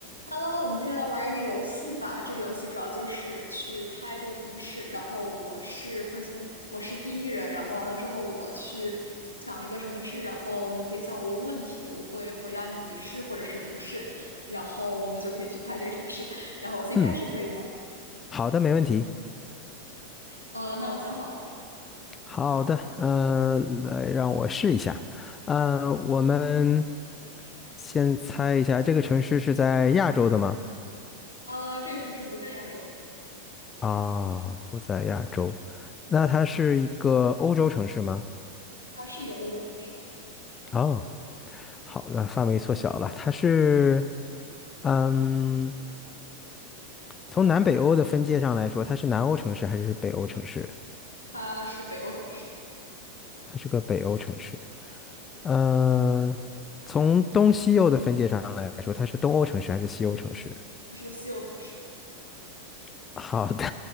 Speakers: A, on the left; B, on the left.
A: Hello，我们今天来玩一个游戏吧。这个游戏主要就是去猜这个城市，然后我是 person，我是第一人，然后完了之后我去想一个城市，然后你可以向我问问题，我会回答你是或者是不是，然后我们就可以去猜这个城市。<laughs> 然后我先开始可以吗？
B: 嗯，好的，没问题。
A: 呃，那我想好了，
B: 好的，嗯、来让我试一下。嗯、我们先猜一下，这个城市是在亚洲的吗？
A: 呃，这个城市不在亚洲，
B: 啊，不在亚洲。那它是一个欧洲城市吗？
A: 它是一个欧洲城市，
B: 哦，好，那范围缩小了。它是，嗯，从南北欧的分界上来说，它是南欧城市还是北欧城市？
A: 它是北欧城市，
B: 它是个北欧城市。嗯、呃从东西欧的分界上来说，它是东欧城市还是西欧城市？
A: 它是个西欧城市，
B: <laughs> 好的，